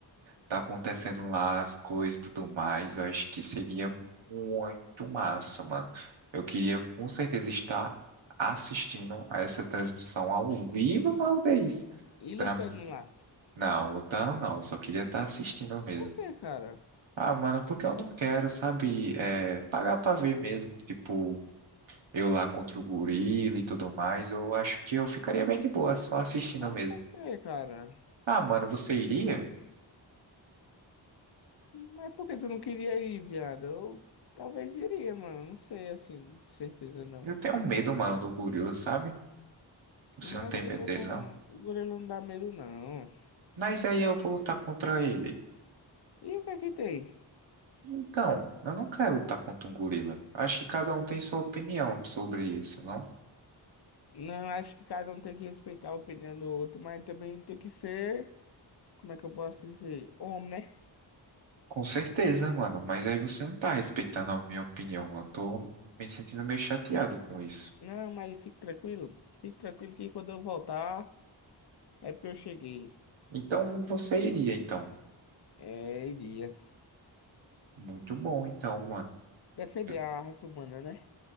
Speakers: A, on the right; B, on the left.
A: tá acontecendo lá as coisas e tudo mais. Eu acho que seria muito massa, mano. Eu queria com certeza estar assistindo a essa transmissão ao vivo, Valdez.
B: E
A: Da
B: lutando
A: mi...
B: lá.
A: Não, lutando não, eu só queria estar assistindo mesmo.
B: Por que, cara?
A: Ah, mano, porque eu não quero, sabe, é, pagar pra ver mesmo, tipo, eu lá contra o gorila e tudo mais, eu acho que eu ficaria bem de boa só assistindo
B: Mas
A: mesmo.
B: por quê, cara?
A: Ah, mano, você iria?
B: Mas por que tu não queria ir, viado? Eu talvez iria, mano. Não sei, assim, de certeza não.
A: Eu tenho medo, mano, do gorila, sabe? Você
B: Mas
A: não tem
B: o gorila
A: medo dele,
B: não,
A: não?
B: gorila não dá medo, não.
A: Mas aí eu vou lutar contra ele.
B: E o que é que tem?
A: Então, eu não quero lutar contra um gorila. Acho que cada um tem sua opinião sobre isso, não?
B: Não, acho que cada um tem que respeitar a opinião do outro, mas também tem que ser, como é que eu posso dizer? Homem, né?
A: Com certeza, mano, mas aí você não tá respeitando a minha opinião. Eu tô me sentindo meio chateado com isso.
B: Não, mas fique tranquilo. Fique tranquilo que quando eu voltar, é porque eu cheguei.
A: Então, você iria, então.
B: É, iria.
A: Muito bom, então, mano.
B: Defender
A: Eu-
B: a raça humana, né?